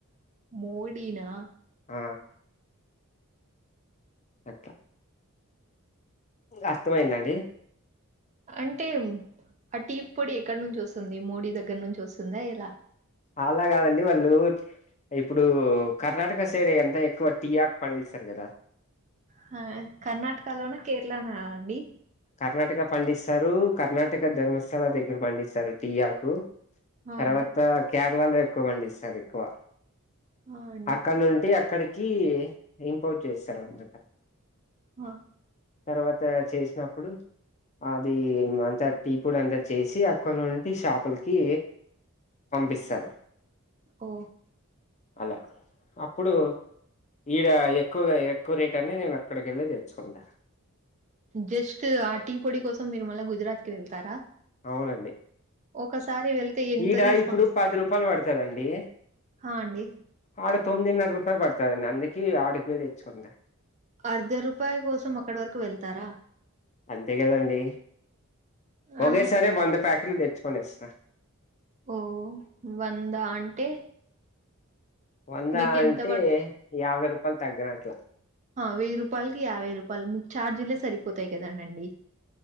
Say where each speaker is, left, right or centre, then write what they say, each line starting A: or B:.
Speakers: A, on the right (about 35°); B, on the left (about 30°).
A: మోడీ నా
B: హ అట్ల అర్థంమైందండి
A: అంటే ఆ టీ పొడి ఎక్కడ నుంచి వస్తుంది మోడీ దగ్గర నుంచి వస్తుందా ఎలా
B: అలా కాదండి వాళ్ళు ఇప్పుడు కర్ణాటక సైడ్ అంత ఎక్కువ టీ ఆకూ పండిస్తారు కదా
A: హ కర్ణాటకలోనా కేరళనా అండి
B: కర్ణాటక పండిస్తారు కర్ణాటక ధర్మస్థల దగ్గర పండిస్తారు టి ఆకు
A: ఆ
B: తర్వాత
A: అండి.
B: కేరళలో ఎక్కువ పండిస్తారు ఎక్కువ
A: ఆ అండి.
B: అక్కడ నుండి అక్కడికి ఇంపోర్ట్ చేస్తారు అనమాట
A: హ
B: తర్వాత చేసినప్పుడు అది అంత టీ పోడి అంతా చేసి అక్కన ఉండి షాపులకి పంపిస్తారు
A: ఓ
B: అలా అప్పుడు ఈడ ఎక్కువగా ఎక్కువ రేట్ అని నేను అక్కడికి వెెళ్ళి తెచ్చుకుంటా
A: జస్ట్ ఆ టీ పొడి కోసం మీరు మళ్ల గుజరాత్ కి వెళ్తారా
B: అవునండి
A: ఒకసారి వెళ్తే ఎంత
B: ఈడ
A: తీసుకొని
B: ఇప్పుడు
A: వస్తారండి?
B: పది రూపాయలు పడుతదండి
A: ఆ అండి.
B: ఆడ తో తొమ్మిదిన్నర రూపాయ పడుతుందండి అందుకే ఆడకు పోయ్ తెచ్చుకుందా
A: అర్ధ రూపాయి కోసం అక్కడి వరకు వెళ్తారా?
B: అంతే కదండి ఒకే
A: ఆ
B: సరే వంద ప్యాకెట్లు తెచ్చుకనేస్త
A: ఓ వందా అంటే
B: వంద
A: మీకెంత
B: అంటే యాభై రూపాయలు తగ్గినట్లా
A: వెయ్యి రూపాయలకి యాభై రూపాయలు మీకు ఛార్జీలే సరిపోతాయి కదానండి